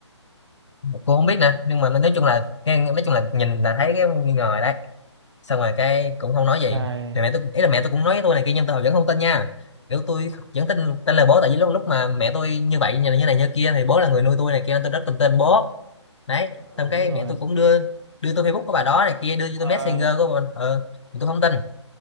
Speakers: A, on the left; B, on the right.
A: cô không biết nè nhưng mà nói chung là nghe nói chung là nhìn là thấy cái nghi ngờ rồi đấy xong rồi cái cũng không nói gì
B: Ai,
A: thì mẹ tôi ý là mẹ tôi cũng nói với tôi này kia nhưng tôi vẫn không tin nha kiểu tôi vẫn tin tin lời bố tại vì lúc lúc mà mẹ tôi như vậy như này như này như kia thì bố là người nuôi tôi này kia nên tôi rất tin tên bố đấy
B: ờ,
A: xong cái
B: đúng rồi
A: mẹ tôi cũng đưa đưa tôi Facebook của bà đó này kia đưa cho tôi Messenger
B: à,
A: của bà ờ mà tôi không tin